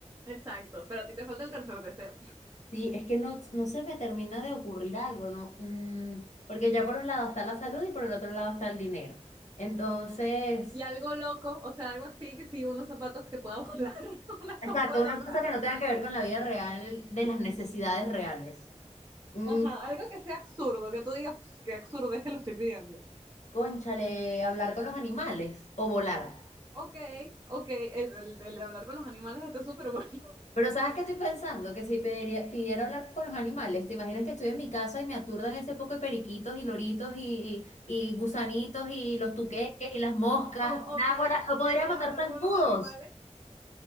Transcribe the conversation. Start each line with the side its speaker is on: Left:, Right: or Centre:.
Right: Exacto, pero a ti te falta el tercer deseo.
Left: Sí, es que no, no se me termina de ocurrir algo, ¿no? Mm, porque ya por un lado está la salud y por el otro lado está el dinero. Entonces,
Right: Y algo loco, o sea, algo así que sí, unos zapatos que pueda volar, <laughs> una
Left: exacto,
Right: cosa loca.
Left: una cosa que no tenga que ver con la vida real, de las necesidades reales. Mm,
Right: Ajá, algo que sea absurdo, que tú digas "Pss, qué absurdo es que lo estoy pidiendo.
Left: cónchale, hablar con los animales o volar.
Right: Ok, ok, es el, el de hablar con los animales está súper bueno. <laughs>
Left: Pero ¿sabes qué estoy pensando? Que si pediría- pidiera hablar con los animales, ¿te imaginas que estoy en mi casa y me aturdan ese poco de periquitos y loritos y, y, y gusanitos y los tuqueques y las moscas?
Right: O,
Left: Náguara,
Right: o, pide-
Left: no
Right: o
Left: podría
Right: pides
Left: matar
Right: hablar
Left: zancudos.
Right: con los animales.